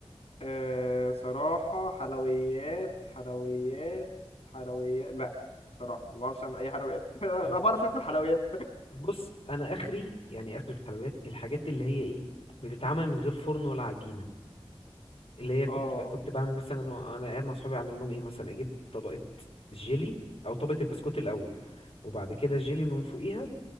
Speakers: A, on the left; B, on the left.
A: أه صراحه حلويات حلويات حلويات لا بصراحه ما بعرفش اعمل اي حلويات <laughs> انا
B: أو-
A: بعرف اكل حلويات
B: بص انا اخري يعني اخري في الحلويات الحاجات اللي هي ايه بتتعمل من غير فرن ولا عجينة اللي هي كنت
A: اه
B: ب... كنت بعمل مثلا انا أنا قاعد مع صحابي اعمل لهم ايه مثلا اجيب طبقه جيلي او طبقه البسكوت الاول وبعد كده الجيلي من فوقيها